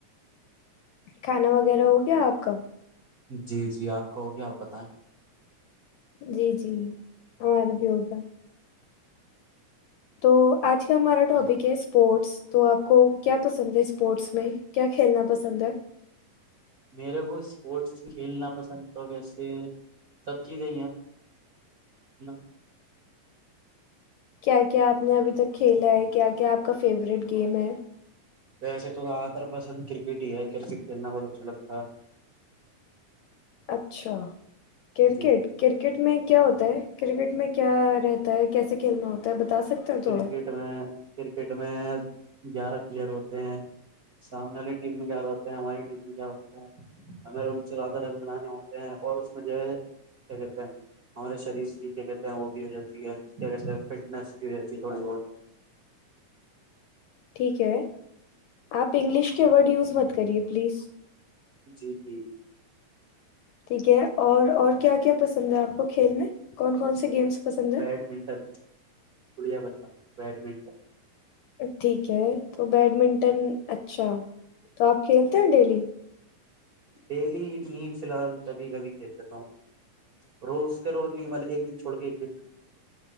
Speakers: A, on the left (about 75°); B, on the right (about 45°).
A: کھانا وغیرہ ہو گیا آپ کا
B: جی جی آپ کا ہوگیا آپ بتائیں
A: جی جی ہمارا بھی ہوگا تو آج کا ہمارا ٹاپک
B: جی
A: ہے اسپورٹس تو آپ کو کیا پسند ہے اسپورٹس میں کیا کھیلنا پسند ہے
B: میرے کو اسپورٹس کھیلنا پسند تو ویسے سب چیزیں <inaudible>
A: کیا کیا آپ نے ابھی تک کھیلا ہے کیا کیا آپ کا فیوریٹ گیم ہے
B: ویسے تو زیاد تر پسند کرکٹ ہی ہے کرکٹ کھیلنا بہت اچھا لگتا ہے ہاں
A: اچھا کرکٹ
B: جی
A: کرکٹ میں کیا ہوتا ہے کرکٹ میں کیا رہتا ہے کیسے کھیلنا ہوتا ہے بتا سکتے ہیں تھوڑا
B: کرکٹ میں کرکٹ میں گیارہ پلیئر ہوتے ہیں سامنے والی ٹیم میں گیارہ ہوتے ہیں ہماری ٹیم میں گیار ہوتے ہیں ہمیں ان سے زیادہ رن بنانے ہوتے ہیں اور اس میں جو ہے کیا کہتے ہیں ہمارے شریر کی کیا کہتے ہیں وہ بھی ہو جاتی ہے کیا کہتے ہیں فٹنس فی تھوڑی بہت
A: ٹھیک ہے آپ انگلش کے ورڈ یوز مت کریے پلیز
B: جی ٹھیک
A: ٹھیک ہے اور اور کیا کیا پسند ہے آپ کو کھیل میں کون کون سے گیمس پسند
B: بیڈمنٹن گڑیا بنند بیڈمنٹن
A: ٹھیک ہے تو بیڈمنٹن اچھا تو آپ کھیلتے
B: جی
A: ہیں ڈیلی
B: ڈیلی میں فی الحال کبھی کبھی کھیل دیتا ہوں رو اس کے روز نہیں مل ایک دن چھوڑ کے ایک دن